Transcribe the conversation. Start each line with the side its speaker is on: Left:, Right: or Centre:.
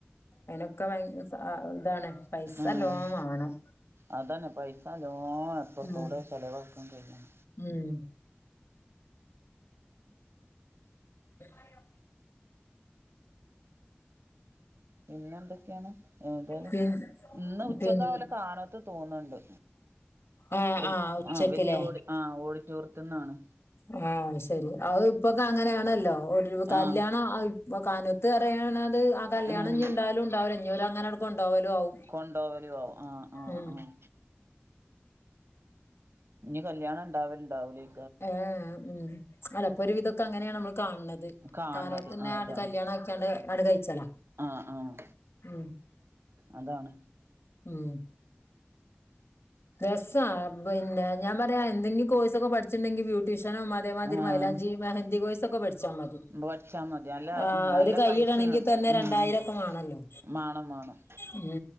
Left: അയ്നൊക്കെ ഭ യ സ ഇതാണ് പൈസ
Right: ആഹ്
Left: നല്ലോണം വാണം.
Right: അതന്നെ പൈസ നല്ലോണം അപ്പുറത്തൂടെ
Left: ഉം
Right: ചിലവാക്കാൻ കഴിയണം
Left: ഉം. ആയോ
Right: പിന്നെന്തൊക്കേണ് എന്തയലും
Left: പിൻ
Right: ഇന്ന് ഉച്ചക്കാ
Left: പിൻ
Right: ഓലെ കാന്നോത്ത് തോന്ന്ൺണ്ട്
Left: ആഹ്
Right: വൽ
Left: ഉച്ചക്ക്ല്ലേ
Right: ആഹ് വല്യെ ഓടി ആഹ് ഓടിറ്റോറിയത്ത്ന്നാണ്
Left: ആഹ് അയ് സരി അയ് ഇപ്പൊക്ക അങ്ങനയാണല്ലൊ ഒര് കല്യാണ
Right: ആഹ്
Left: കാനോ ത് പറയ്ണത് ആ കല്യാണം
Right: ആഹ്
Left: ഇഞി ഇണ്ടാവലും ഇണ്ടാവുല ഇഞ്ഞി ഓലങ്ങന കൊണ്ടോവലുണ്ടാവും ആവും
Right: കൊണ്ടോവലോ. ആവും ആഹ് ആഹ്
Left: ഉം
Right: ആഹ് ഇഞി കല്യാണം ഇണ്ടാവല്ണ്ടാവൂലെയ്
Left: ഏഹ് ഉം അല്ല ഇപ്പൊ ഒരു വിതൊക്കെ അങ്ങനേണ് നമ്മള് കാണ് ണത്.
Right: കാണണത്
Left: കാനൊത്തിന്നെ
Right: അതാണ്
Left: കല്യാണം ആക്കിയാണ്ട് ആണ്ട് കയ്ച്ചല
Right: ആഹ് ആഹ്
Left: ഉം
Right: അതാണ്
Left: ഉം രസ്സാ. പിന്നെ ഞാൻ പറയാ എന്തെങ്കി കോഴ്സൊക്കെ പഠിച്ച്ണ്ടെങ്കി ബ്യൂട്ടീഷ്യനൊ മ ഇതേമാതിരി
Right: ആഹ്
Left: മൈലാഞ്ചി മെഹന്ദി കോയ്സൊക്കെ പഠിച്ചാ മതി.
Right: പഠിച്ചാ മതി നല്ല
Left: ആഹ്
Right: നല്ല
Left: ഒര് കയ്യ്
Right: പൈസയാണ്
Left: ഇടണെങ്കി തന്നെ
Right: ഉം
Left: രണ്ടായിരൊക്ക മാണല്ലൊ
Right: മാണം മാണം
Left: ഉം